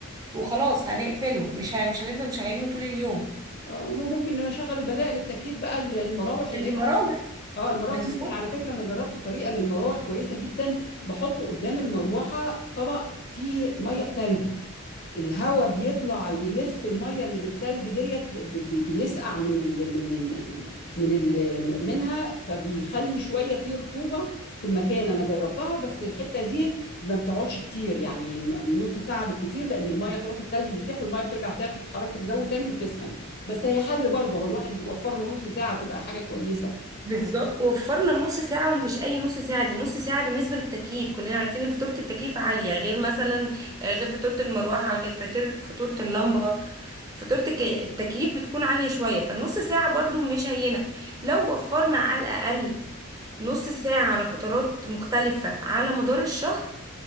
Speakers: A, on the right; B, on the left.
A: وخلاص هنقفله مش ه... مش هنفضل مشغلينه طول اليوم
B: آه، وممكن نشغل بدائل التكييف بقى المراوح اللي
A: المراوح
B: اه المراوح
A: بالظبط
B: ممكن على فكرة انا جربت طريقة للمراوح كويسة جدا بحط قدام المروحة طبق فيه مية بتلج الهواء بيطلع يلف المية اللي بالتلج ديت ب- ب- بيسقع من ال من من من ال منها فبيخلي شوية فيه رطوبة في المكان انا جربتها بس الحتة دي ما بتقعدش كتير يعني ن- نص ساعة بالكتير لان المية خلاص التلج بيسيح والمية بترجع تاخد حرارة الجو تاني وتسخن بس هي حل برضه هو الواحد وفر له نص ساعة تبقى حاجة كويسة
A: بالظبط وفرنا نص ساعة ومش أي نص ساعة دي نص ساعة بالنسبة للتكييف كلنا عارفين إن فاتورة التكييف عالية غير مثلا آه، غير فاتورة المروحة غير فاتر- فاتورة اللمبة فاتورة الك- التكييف بتكون عالية شوية فالنص ساعة برضو مش هينة لو وفرنا على الأقل نص ساعة على فترات مختلفة على مدار الشهر